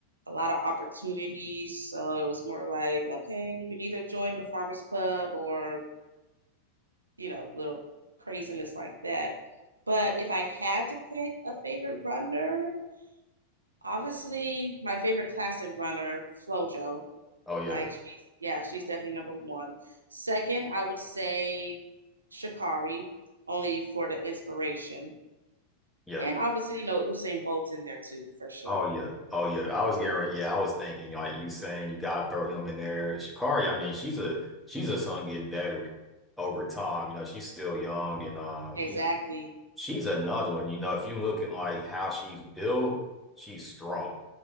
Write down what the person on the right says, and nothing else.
a lot of opportunities. So it was more like, okay, you can either join the farmers club or, you know, little craziness like that. But if I had to pick a favorite runner, obviously my favorite classic runner, Flojo.
Like she's yeah, she's definitely number one. Second, I would say Shakari, only for the inspiration.
And obviously, you know, Usain Bolt's in there too, for sure.
Exactly.